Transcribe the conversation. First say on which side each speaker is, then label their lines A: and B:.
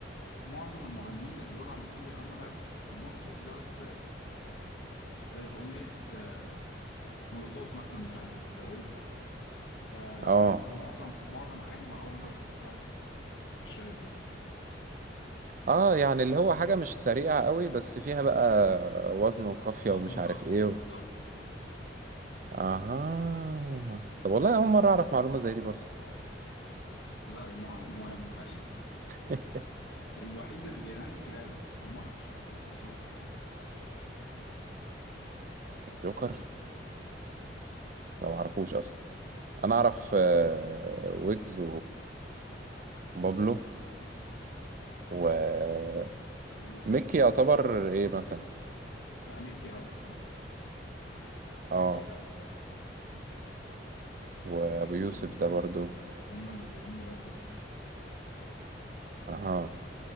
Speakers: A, on the left (about 80°); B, on the right (about 45°).
A: معظم المغنيين اللي بيقولوا على نفسهم بيغنوا راب في المصري ده تراب زي اغنيه آه، مولوتوف مثلا بتاعت ويجز آه
B: اه
A: معظم معظم اغاني مروان بابلو تراب مش راب لا
B: اه يعني اللي هو حاجة مش سريعة قوي بس فيها بقى وزن وقافية
A: وزنه
B: ومش عارف
A: قافية
B: ايه
A: بالظبط
B: و... اها طب والله اول مرة اعرف معلومة زي دي برضه
A: لا دي مهم حقيقي
B: <laughs>
A: الوحيد اللي بيغني راب في مصر الجوكر
B: جوكر
A: مم.
B: لا معرفوش اصلا انا اعرف
A: لا
B: آه، ويجز وبابلو وميكي
A: ابو يوسف
B: يعتبر ايه مثلا
A: لا ميكي رابر طبعا
B: اه
A: ميكي راب
B: وابو
A: ميكي
B: يوسف
A: والجوكر
B: ده برضو
A: هم اللي بيغنوا راب بس
B: اها